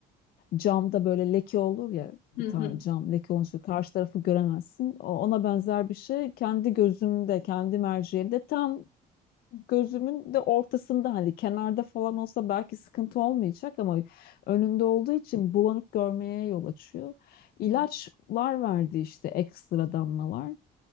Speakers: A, on the left (about 65°); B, on the left (about 85°).
A: camda böyle leke olur ya
B: Hı
A: bir tane
B: hı.
A: cam leke olunca karşı tarafı göremezsin. O- Ona benzer bir şey kendi gözümde, kendi merceğimde tam gözümün de ortasında hani kenarda falan olsa belki sıkıntı olmayacak ama önünde olduğu için bulanık görmeye yol açıyor.
B: Hı
A: İlaçlar verdi işte ekstra damlalar.